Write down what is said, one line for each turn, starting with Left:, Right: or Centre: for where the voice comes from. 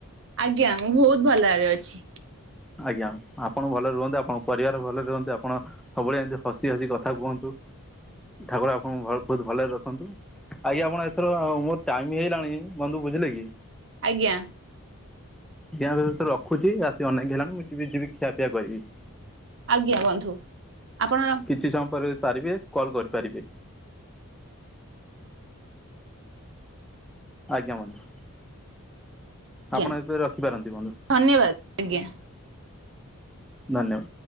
Right: ଆଜ୍ଞା, ମୁଁ ବହୁତ ଭଲରେ ଅଛି।
Centre: ଆଜ୍ଞା ଆପଣ ଭଲରେ ରୁହନ୍ତି, ଆପଣଙ୍କ ପରିବାର ଭଲରେ ରୁହନ୍ତି, ଆପଣ ସବୁବେଳେ ଏମିତି ହସି ହସି କଥା କୁହନ୍ତୁ। ଠାକୁର ଆପଣଙ୍କୁ ଭଉ ବହୁତ ଭଲରେ ରଖନ୍ତୁ। ଆଜ୍ଞା ଆପଣ ଏଥର ମୋର ଟାଇମ୍ ହେଇଗଲାଣି, ବନ୍ଧୁ ବୁଝିଲେ କି
Right: ଆଜ୍ଞା।
Centre: <unintelligible> ରଖୁଛି ରାତି ଅନେକ ହେଲାଣି। ମୁି ଯିବି ଯିବି ଖିଆ ପିଆ କରିବି।
Right: ଆଜ୍ଞା ବନ୍ଧୁ ଆପଣ
Centre: ଛି ସମୟ ପରେ ଯଦି ପାରିବେ କଲ୍ କରିପାରିବେ। ଆଜ୍ଞା ବନ୍ଧୁ।
Right: ଆଜ୍ଞା
Centre: ଆପଣ ଏବେ ରଖିପାରନ୍ତି ବନ୍ଧୁ,
Right: ଧନ୍ୟବାଦ ଆଜ୍ଞା।
Centre: ଧନ୍ୟବାଦ।